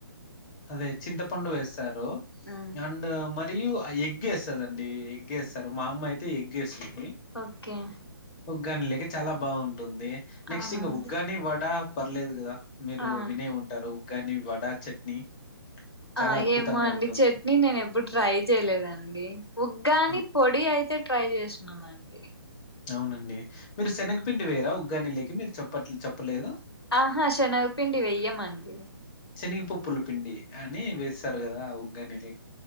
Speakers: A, on the left; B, on the left.
A: అదే చింతపండు వేస్తారు
B: ఆ
A: అండ్ మరియు ఎగ్ఎస్తరండీ ఎగ్గెస్తారు మా అమ్మ అయితే ఎగ్ వేస్తుంది
B: ఓకే
A: ఉగానీ లేక చాలా బాగుంటుంది నెక్స్ట్
B: అవునా
A: ఇంకా
B: అండి
A: ఉగ్గాని వడ పర్లేదు కదా మీరు
B: అవును
A: వినే ఉంటారు గాని వడా చట్నీ చాలా
B: ఆ
A: అద్భుతంగా
B: ఏమో అండి
A: ఉంటుంది.
B: చట్నీ నేను ఎప్పుడు ట్రై చేయలేదండి ఉగ్గాని
A: అవ్
B: పొడి అయితే అంతే ట్రై చేసినండి
A: అవునండి మీరు శనగపిండి వేరా ఉగ్గానీ లేకి మీరు చెప్పట్ చెప్పలేదా
B: ఆహా శెనగపిండి వెయ్యమండి
A: చేనగ పప్పుల పిండి అని వేస్తారు కదా ఆ ఉగ్గానే లే